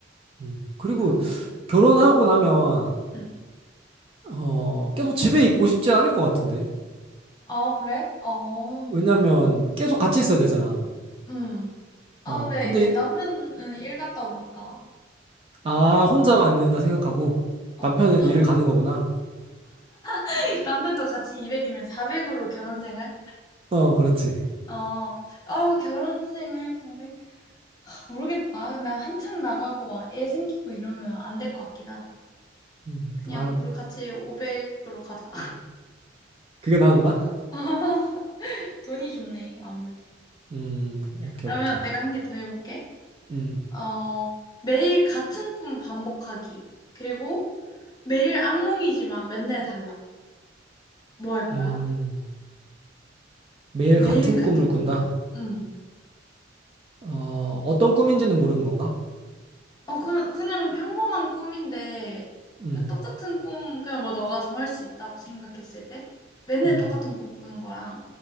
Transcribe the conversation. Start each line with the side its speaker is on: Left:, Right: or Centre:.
Right: 음. 그리고
Left: 음,
Right: 결혼하고 나면
Left: 음.
Right: 어 계속 집에 있고 싶지 않을 것 같은데
Left: 아, 그래? 어,
Right: 왜냐면 계속 같이 있어야 되잖아
Left: 음. 아,
Right: 어
Left: 근데
Right: 근데
Left: 이제 남편은 일 갔다 오니까.
Right: 아, 혼자만 있는다 생각하고
Left: 어,
Right: 남편은
Left: 혼자
Right: 일을 가는 거구나.
Left: <laughs> 남편도 같이 200이면 400으로 결혼생활?
Right: 어, 그렇지.
Left: 어, 아우, 결혼생활 400? 모르겠다. 나 한창 나가고 막 애 생기고 이러면 안 될 것 같긴 하다.
Right: 음,
Left: 그냥
Right: 아,
Left: 우리 같이 500으로 가자.
Right: 그게 나은가?
Left: <laughs> 돈이 좋네, 아무래도.
Right: 음, 오케이,
Left: 그러면
Right: 오케이.
Left: 내가 한 개 더 해볼게.
Right: 음,
Left: 어, 매일 같은 꿈 반복하기. 그리고 매일 악몽이지만 맨날 달라. 뭐 할 거야?
Right: 음, 매일
Left: 매일
Right: 같은
Left: 같은
Right: 꿈을 꾼다.
Left: 꿈. 응.
Right: 어, 어떤 꿈인지는 모르는 건가?
Left: 어, 그, 그냥 평범한 꿈인데,
Right: 음,
Left: 똑같은 꿈, 그냥 뭐 너가 정할 수 있다고 생각했을 때, 맨날
Right: 음,
Left: 똑같은 꿈 꾸는 거랑